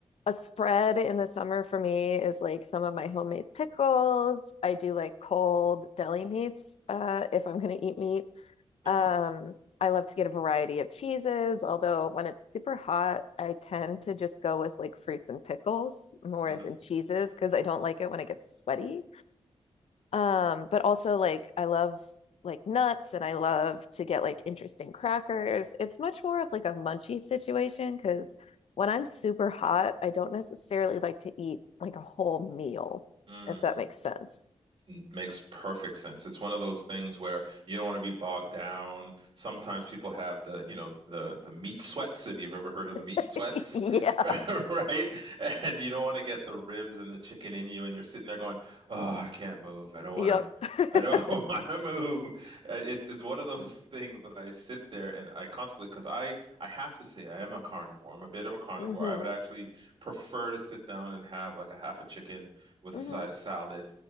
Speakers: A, on the left (about 70°); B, on the right (about 55°).
A: a spread in the summer for me is like some of my homemade pickles. I do like cold deli meats uh, if I'm going to eat meat.
B: hmm
A: Um, I love to get a variety of cheeses, although when it's super hot, I tend to just go with like fruits and pickles more
B: hmm
A: than cheeses because I don't like it when it gets sweaty. Um, but also like I love like nuts and I love to get like interesting crackers. It's much more of like a munchy situation because when I'm super hot, I don't necessarily like to eat like a whole meal,
B: hmm
A: if that makes sense.
B: N- Makes perfect sense. It's one of those things where you don't want to be bogged down. Sometimes people have the, you know, the the meat sweats, if you've ever heard of the meat
A: <laughs>
B: sweats,
A: Yeah.
B: <laughs> right? And you don't want to get the ribs and the chicken in you, and you're sitting there going, "Oh, I can't move. I don't
A: Yep.
B: want to.
A: <laughs>
B: I don't <laughs> want to move." Uh, It's it's one of those <laughs> things that I sit there and I contemplate because I I have to say I am a carnivore. I'm a bit of a carnivore.
A: hmm
B: I would actually prefer to sit down and have like a half a chicken with
A: hmm
B: a side of salad